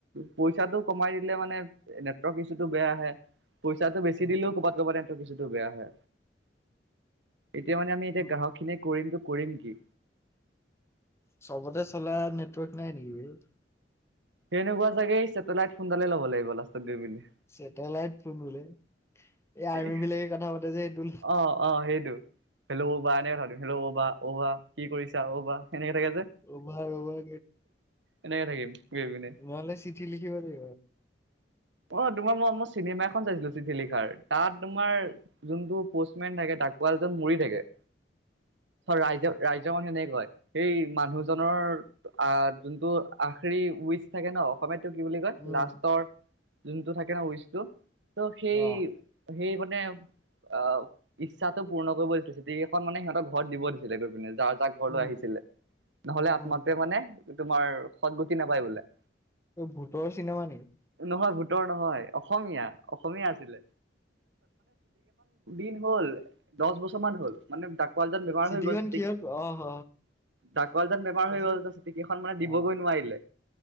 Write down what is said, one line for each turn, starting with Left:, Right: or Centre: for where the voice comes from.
Right: পইচাটো কমাই দিলে মানে নেটৱৰ্ক কিছুতো বেয়া আহে। পইচাটো বেছি
Left: উম
Right: দিলেও ক'ৰবাত ক'ৰবাতো কিছুটো বেয়া হে এতিয়া মানে আমি এতিয়া
Left: উম
Right: গ্ৰাহক খিনিয়ে কৰিমতো কৰিম কি
Left: চবতে চলা নেটৱৰ্ক নাই নেকি
Right: সেনেকুৱা চাগে ছেটেলাইট ফোনডাল লব লাগিব লাষ্টউ বুলি
Left: ছেটেলাইট ফোন বোলে এই আৰ্মি
Right: এ
Left: বিলাকে কথা পাতে যে সেইটো
Right: অ অ সেইটো হেল্ল'বা এনেকে কথা দিম হেল্ল' অ'বা অ'বা কি কৰিছা অ বা সেনেকে থাকে যে
Left: অভাৰ অভাৰ
Right: এনেকে থাকিম গৈ পিনে
Left: নোহোলে চিঠি লিখিব লাগিব
Right: অ তোমাৰ মই মৰ চিনেমা এখন চাইছিলো চিঠি লিখাৰ তাত তোমাৰ যোনটো পষ্টমেন থাকে থাকুৱাল জন মৰি থাকে
Left: উ
Right: ৰাইজৰ ৰাইজৰ মানুহ এনেক কয় সেই মানুহজনৰ আহ যোনটো আখৰি উচ থাকে ন অসমীয়াটো কি বুলি কয়
Left: উম
Right: লাষ্টৰ যোনটো থাকে ন উইচটো ত' সেই
Left: অ
Right: সেই মানে অ ইচ্ছাতো পূৰ্ণ কৰিব দিছিলে চিটিখন মানে সিহঁতৰ ঘৰত দিব দিছিলে গৈ পিনে যাৰ যাক ঘৰলৈ
Left: উম
Right: আহিছিলে নহলে আত্মাটোৱে
Left: উম
Right: মানে তোমাৰ সদগতি নাপায় বোলে
Left: ভূতৰ চিনেমা নেকি
Right: নহয় ভোতৰ নহয় অসমীয়া অসমীয়া আছিলে িিন হল দহ বছৰ হল ম <unintelligible> কলজন বেমাৰ
Left: চিটিখন
Right: হৈ গ'লছে
Left: কিহত
Right: দি
Left: অ হ
Right: ডাকাল যন বেমাৰ
Left: তাৰপিছত
Right: হৈ গ'ল ত চিটি কেইখন মানে দিবগৈ
Left: অ
Right: নোৱাৰিলে